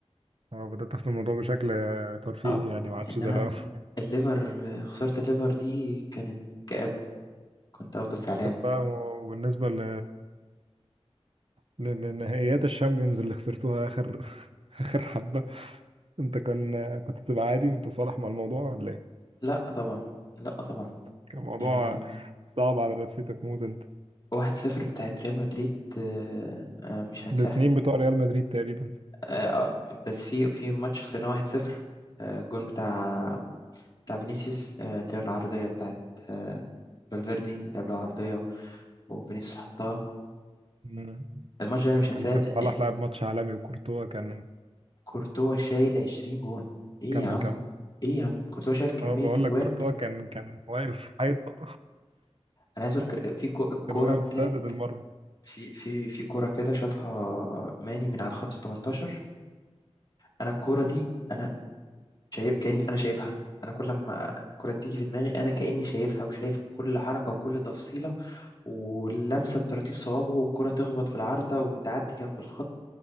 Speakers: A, on the right; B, on the left.
A: اه بدأت أخد الموضوع بشكل آه، ترفيهي
B: اه
A: يعني ما عادش
B: انما
A: زي الأول <laughs>
B: الليفر خسارة الليفر دي كانت كآب كنت أفضل زعلان
A: طب بقى و- وبالنسبة ل... ل- لنهائيات الشامبيونز اللي خسرتوها آخر <laughs> آخر حبة أنت كان كنت تبقى عادي متصالح مع الموضوع ولا إيه؟
B: لا طبعا لا طبعا
A: كان موضوع
B: يعني
A: صعب على نفسيتك موت أنت
B: واحد صفر بتاعت ريال مدريد آه، آه، مش هنساها
A: الاتنين بتوع ريال مدريد تقريبا
B: آه، آه، بس في في ماتش خسرنا واحد صفر آه، جون بتاع بتاع فينيسيوس آه، اللي هو العرضية بتاعت آه، فالفيردي لعب له عرضية وفينيسيوس حطها
A: مم.
B: الماتش ده أنا مش هنساه
A: كان كان
B: لأن
A: صلاح لعب ماتش عالمي وكورتوا كان
B: كورتوا شايل 20 جون إيه
A: كمل
B: يا عم
A: كمل
B: إيه يا عم كورتوا شايل كمية
A: اه بقول
B: أجوان
A: لك كورتوا كان كان واقف حيطة
B: أنا عايز أقول لك آه، في كو- الكورة
A: كان واقف
B: بتاعت
A: سادد المرمى
B: في في في كرة كده شاطها ماني من على خط ال 18 انا الكرة دي انا شايف كأني انا شايفها انا كل ما الكرة دي تيجي في دماغي انا كأني شايفها وشايف كل حركة وكل تفصيلة واللمسة بطراطيف صوابعه والكرة تخبط في العارضة وتعدي جنب الخط